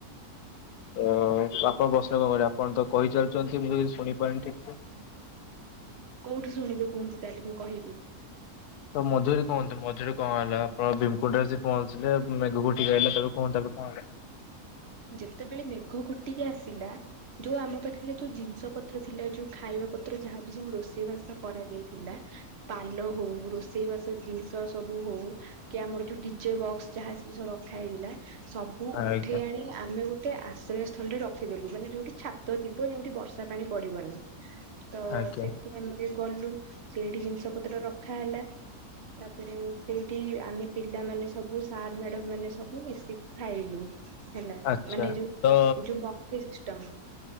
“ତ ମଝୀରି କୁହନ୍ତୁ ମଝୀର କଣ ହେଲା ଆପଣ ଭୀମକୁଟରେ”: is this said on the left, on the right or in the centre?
Left